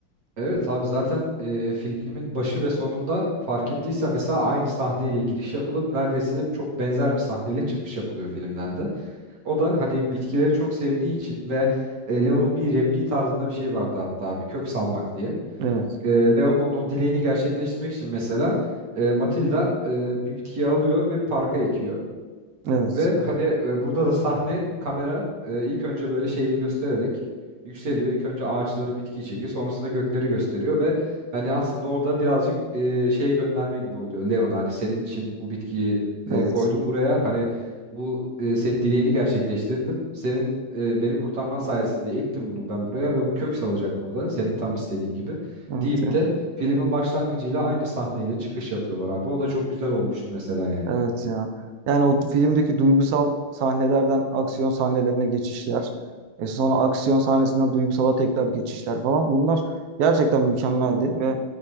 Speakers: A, on the right; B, on the right.
A: Evet abi zaten e, filmin başı ve sonunda fark ettiyse mesela aynı sahneyle giriş yapılıp neredeyse çok benzer bir sahneyle çıkış yapılıyor filmden de. O da hani bitkileri çok sevdiği için ve e, Leon'un bir repliği tarzında bir şey vardı hatta abi kök salmak diye.
B: Evet.
A: E, Leon'un o, o dileğini gerçekleştirmek için mesela e, Matilda e, bir bitkiyi alıyor ve parka ekiyor.
B: Evet.
A: Ve hani e, burada da sahne kamera e, ilk önce böyle şeyi göstererek yükseliyor. İlk önce ağaçları, bitkiyi çekiyor. Sonrasında gökleri gösteriyor ve hani aslında orada birazcık e, şey gönderme gibi oluyor. Leon hani senin için bu bitkiyi e,
B: Evet.
A: koydum buraya. Hani bu e, senin dileğini gerçekleştirdim. Senin e, beni kurtarman sayesinde ektim bunu ben buraya ve bu kök salacak burada. Senin tam istediğin gibi
B: Evet.
A: deyip
B: Evet.
A: de filmin başlangıcıyla aynı sahneyle çıkış yapıyorlar abi. O da çok güzel olmuştu mesela yani.
B: Evet ya. Yani o filmdeki duygusal sahnelerden aksiyon sahnelerine geçişler. E sonra aksiyon sahnesinden duygusala tekrar geçişler falan. Bunlar gerçekten mükemmeldi ve